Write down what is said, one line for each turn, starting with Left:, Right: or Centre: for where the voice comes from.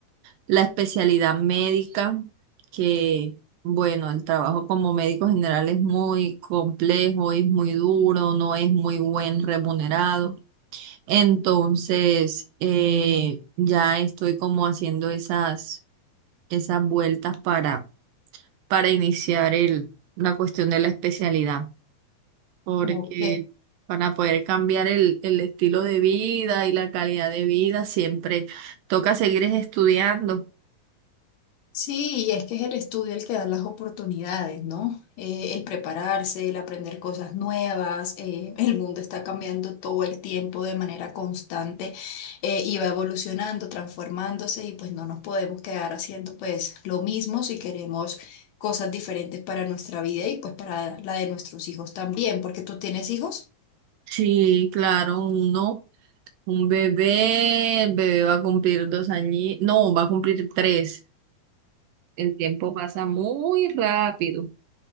Right: la especialidad médica, que bueno, el trabajo como médico general es muy complejo, es muy duro, no es muy buen remunerado. Entonces, eh, ya estoy como haciendo esas, esas vueltas para, para iniciar el, la cuestión de la especialidad porque
Left: Ok.
Right: para poder cambiar el, el estilo de vida y la calidad de vida siempre toca seguir es estudiando.
Left: Sí, y es que es el estudio el que da las oportunidades, ¿no? Eh, el prepararse, el aprender cosas nuevas, eh, el mundo está cambiando todo el tiempo de manera constante eh, y va evolucionando, transformándose y pues no nos podemos quedar haciendo pues lo mismo si queremos cosas diferentes para nuestra vida y pues para la de nuestros hijos también, porque tú tienes hijos.
Right: Sí, claro, uno, un bebé, el bebé va a cumplir dos años, no, va a cumplir tres. El tiempo pasa muy rápido.